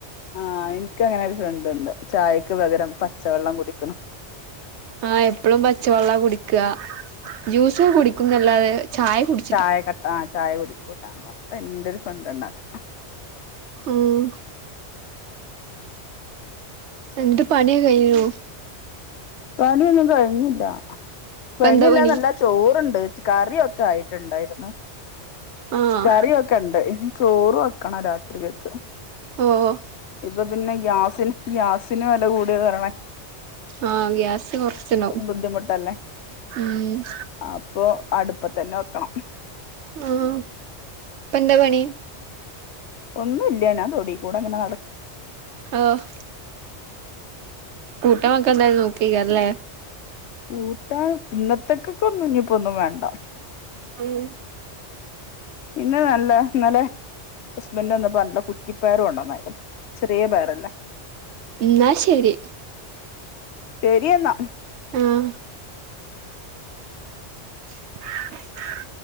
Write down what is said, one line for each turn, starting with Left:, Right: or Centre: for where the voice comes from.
Left: ആഹ് ഇൻക്ക് അങ്ങനെ ഒരു ഫ്രണ്ട് ഉണ്ട് ചായക്ക് പകരം പച്ചവെള്ളം കുടിക്കണ്
Right: ആഹ് എപ്പളും പച്ചവെള്ള കുടിക്ക ജ്യൂസൊക്കെ കുടിക്കുന്നല്ലാതെ ചായ കുട്
Left: ചായ കട്ട ആ ചായ കുടിക്കൂലന്ന് പറഞ്ഞിട്ട് എന്റെരു ഫ്രണ്ട് ഉണ്ടങ്ങനെ
Right: ഊം എന്നിട്ട് പണിയൊക്കെ കഴിഞ്ഞോ
Left: പണിയൊന്നും കഴിഞ്ഞില്ല
Right: ഇപ്പ
Left: കഴിഞ്ഞില്ലാന്നല്ല
Right: എന്താ പണി
Left: ചോറ്ണ്ട് കറിയൊക്കെ ആയിട്ടുണ്ടായിരുന്ന്
Right: ആഹ്
Left: കറിയൊക്കെണ്ട്‌ ചോറ് വെക്കണം രാത്രിക്കക്ക്
Right: ഓഹ്
Left: ഇപ്പ പിന്നെ ഗ്യാസിന് ഗ്യാസിന് വെല കൂടിയ കാരണേ
Right: ആഹ് ഗ്യാസ് കൊറച്ച്ണ്ടാവും
Left: ബുദ്ധിമുട്ടല്ലേ
Right: ഉം
Left: അപ്പൊ അടുപ്പത്തന്നെ വെക്കണം
Right: ആഹ് ഇപ്പന്താ പണി
Left: ഒന്നുല്ല ഞാൻ തൊടി കൂടെ ഇങ്ങനെ നട
Right: ഓഹ് കൂട്ടാൻ വെക്കാൻ എന്തായാലും നോക്കയ്ക്കാരല്ലേ
Left: കൂട്ടാൻ ഇന്നത്തേക്കൊക്കെ ഒന്നും ഇഞ്ഞിപ്പോന്നും വേണ്ട
Right: ആഹ്
Left: ഇന്ന് നല്ല ഇന്നലെ ഹസ്ബന്റ് വന്നപ്പോ നല്ല കുറ്റിപയറ് കൊണ്ടന്നായിരുന്നു ചെറിയ പയറില്ലേ
Right: ഇന്നാ ശരി
Left: ശരി എന്നാ
Right: ആഹ് <inaudible>